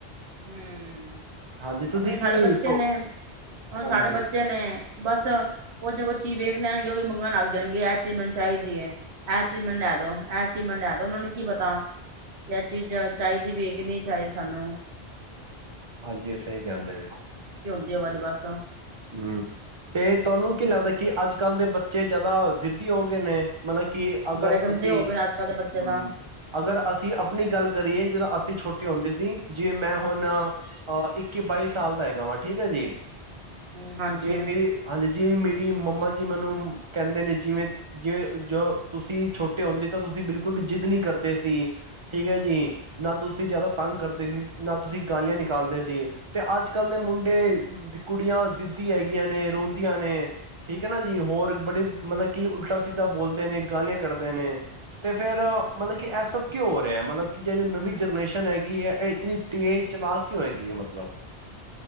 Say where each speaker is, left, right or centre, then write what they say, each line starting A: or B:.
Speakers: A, on the right; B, on the right.
A: ਹਮ
B: ਹਾਂਜੀ ਤੁਸੀਂ
A: ਉਵੇੇ ਸਾਡੇ
B: ਕੀ
A: ਬੱਚੇ
B: ਸੋ
A: ਨੇ ਹੁਣ
B: ਹਾਂਜੀ
A: ਸਾਡੇ ਬੱਚੇ ਨੇ ਬਸ ਕੁੱਝ ਨਾ ਕੁੱਝ ਚੀਜ਼ ਵੇਖ ਲੈਣਗੇ ਉਹ ਵੀ ਮੰਗਣ ਲੱਗ ਜਾਣਗੇ ਇਹ ਚੀਜ਼ ਮੈਨੂੰ ਚਾਹੀਦੀ ਹੈ ਇਹ ਚੀਜ਼ ਮੈਨੂੰ ਲੈ ਦੋ ਇਹ ਚੀਜ਼ ਮੈਨੂੰ ਲੈ ਦੋ ਉਹਨਾਂ ਨੂੰ ਕੀ ਪਤਾ ਕਿ ਇਹ ਚੀਜ਼ ਚਾਹੀਦੀ ਵੀ ਹੈ ਕੀ ਨਹੀਂ ਚਾਹੀਦੀ ਸਾਨੂੰ
B: ਹਾਂਜੀ ਸਹੀ ਕਹਿੰਦੇ ਪਏ ਉਹ
A: ਦਿਓ ਵਾਲੀ ਬੱਸ ਆ।
B: ਹਮ। ਤੇ ਤੁਹਾਨੂੰ ਕੀ ਲੱਗਦਾ ਕੀ ਅੱਜ ਕੱਲ੍ਹ ਦੇ ਬੱਚੇ ਜਾਦਾ ਜ਼ਿਧੀ ਹੋ ਗਏ ਨੇ? ਮਤਲਬ ਕਿ ਅਗਰ
A: ਬੜੇ ਗੰਦੇ
B: ਤੁਸੀਂ
A: ਹੋ ਗਏ ਨੇ ਅੱਜ ਕੱਲ੍ਹ ਦੇ ਬੱਚੇ
B: ਹਮ
A: ਤਾਂ
B: ਅਗਰ ਅਸੀਂ ਅਪਣੀ ਗੱਲ
A: ਟਾਈਮ
B: ਕਰੀਏ
A: ਖਤਮ
B: ਜਿੱਦੋਂ
A: ਹੋ ਹੀ
B: ਅਸੀਂ
A: ਜਾਂਦਾ
B: ਛੋਟੇ ਹੁੰਦੇ ਸੀ ਜਿਵੇਂ ਮੈਂ ਹੁਣ। ਆ ਇੱਕੀ ਬਾਈ ਸਾਲ ਦਾ ਹੈਗਾ ਵਾ ਠੀਕ ਹੈ ਜੀ।
A: ਹਮ ਹਾਂਜੀ
B: ਜਿਵੇ ਮੇਰੀ ਹਾਂ ਜਿਵੇ ਮੇਰੀ। ਵੀ ਮੰਮਾ ਜੀ ਮੈਨੂੰ ਕਹਿੰਦੇ ਨੇ। ਜਿਵੇਂ ਜੇ ਜੋ ਤੁਸੀਂ ਛੋਟੇ ਹੁੰਦੇ ਤਾਂ ਮੰਮਾ ਜੀ ਮੈਨੂੰ ਕਹਿੰਦੇ ਜਿਵੇ ਜਦੋ ਤੁਸੀ ਛੋਟੇ ਹੁੰਦੇ ਸੀ ਤਾਂ ਬਿਲਕੁਲ ਵੀ ਜਿੱਦ ਨਈ ਕਰਦੇ ਸੀ। ਠੀਕ ਹੈ ਜੀ ਨਾ ਤੁਸੀਂ ਜਾਦਾ ਤੰਗ ਕਰਦੇ ਸੀ ਨਾ ਤੁਸੀਂ ਗਾਲੀਆਂ ਨਿਕਾਲਦੇ ਸੀ ਤੇ ਅੱਜ ਕੱਲ ਦੇ ਮੁੰਡੇ ਤੇ ਕੁੜੀਆਂ। ਜਿਧੀ ਹੈਗੀਆਂ ਨੇ ਰੋਂਦੀਆਂ ਨੇ ਠੀਕ ਹੈ ਨਾ ਜੀ ਹੋਰ ਬੜੀ ਮਲਕ ਕੀ ਉਲਟਾ ਸ ਸਿੱਧਾਂ ਬੋਲਦੇ ਨੇ ਗਾਲੀਆਂ ਕੱਢਦੇ ਨੇ ਤੇ ਫੇਰ ਮਤਲਬ ਕਿ ਐ ਸਭ ਕਿਉਂ ਹੋ ਰਿਐ। ਮਲਬ ਕਿ ਜੇੜੀ ਨਵੀਂ ਜਰਨੇਸ਼ਨ ਹੈਗੀ ਐ। ਏ ਇਤਨੀ ਤੇਜ਼ ਚਲਾਕ ਕਿਉਂ ਹੈਗੀ ਐ ਮਤਲਬ?